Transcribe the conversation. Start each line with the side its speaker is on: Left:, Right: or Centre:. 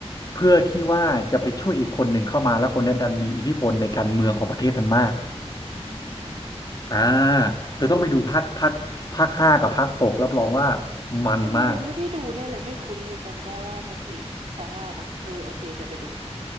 Left: เพื่อที่ว่าจะไปช่วยอีกคนหนึ่งเข้ามาแล้วคนนั้นดันมีอิทธิพลในการเมืองของประเทศนั้นมาก
Right: อืม
Left: อ่าเธอต้องไปดูภาคภาคภาคห้ากับภาคหกรับรองว่ามันมาก
Right: เออยังไม่ได้ดูเนี่ยเลยไม่คุ้นเลยจำได้ว่านางเอกซาร่าเนาะเออโอเคเดี๋ยวไปดู